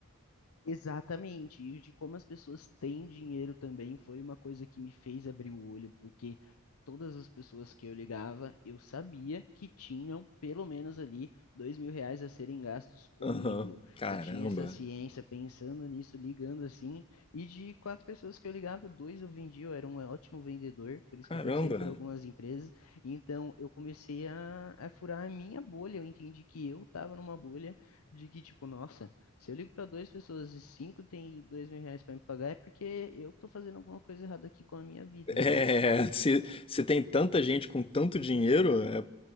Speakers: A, on the left (about 80°); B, on the left (about 25°).
A: Exatamente, e de como as pessoas têm dinheiro também foi uma coisa que me fez abrir o olho, porque todas as pessoas que eu ligava, eu sabia que tinham pelo menos ali dois mil reais a serem gastos comigo.
B: Aham. Caramba.
A: Eu tinha essa ciência pensando nisso, ligando assim, e de quatro pessoas que eu ligava, dois eu vendia, eu era um ótimo vendedor, por isso
B: Caramba.
A: que eu passei por algumas empresas. Então eu comecei a, a furar a minha bolha, eu entendi que eu estava numa bolha de que, tipo, nossa. Se eu ligo para duas pessoas e cinco tem dois mil reais para me pagar, é porque eu tô fazendo alguma coisa errada aqui com a minha vida,
B: É,
A: né?
B: se, se tem tanta gente com tanto dinheiro, é,